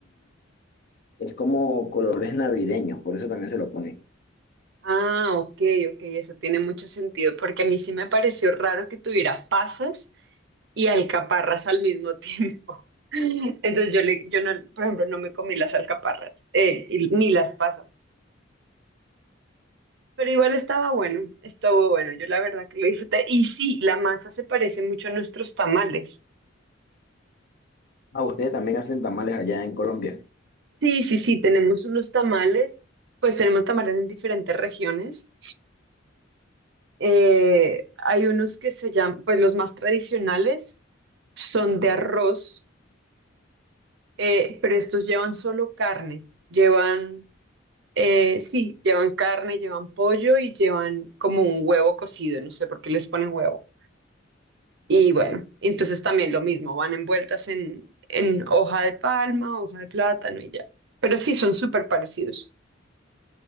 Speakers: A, on the left; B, on the right.
A: Es como colores navideños, por eso también se lo ponen.
B: Ah, ok, ok, eso tiene mucho sentido, porque a mí sí me pareció raro que tuviera pasas y alcaparras al mismo tiempo. <laughs> Entonces yo, le, yo no, por ejemplo, no me comí las alcaparras, eh, y- ni las pasas, pero igual estaba bueno, estuvo bueno, yo la verdad que lo disfruté. Y sí, la masa se parece mucho a nuestros tamales.
A: Ah, ustedes también hacen tamales allá en Colombia.
B: Sí, sí, sí, tenemos unos tamales, pues tenemos tamales en diferentes regiones. Eh, hay unos que se llaman, pues los más tradicionales son de arroz, eh, pero estos llevan solo carne. Llevan, eh, sí, llevan carne, llevan pollo y llevan como un huevo cocido, no sé por qué les ponen huevo. Y bueno, entonces también lo mismo, van envueltas en, en hoja de palma, hoja de plátano y ya. Pero sí, son súper parecidos.